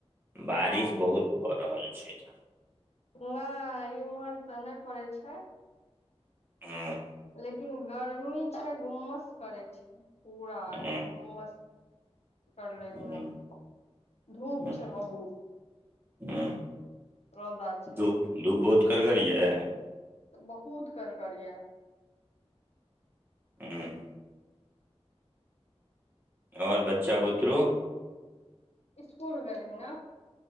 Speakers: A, on the right (about 20°); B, on the left (about 80°).
A: बारिश
B: ओ
A: बहुत भऽ रहल छै एठाम
B: नहि इमहर तऽ नय पड़ै छै
A: हुँ
B: लेकिन गर्मी छै गुम्मस करै छै पूरा
A: हूँ
B: एकदम गुम्मस <unintelligible> परलैनाधूप
A: हूँ हूँ
B: छै बहुत
A: हूँ
B: रौदा छै
A: धूप धूप बहुत कड़गर यऽ
B: बहुत कड़गड़ यऽ
A: हूँ आओर बच्चा बुतरू
B: स्कूल गल ह ने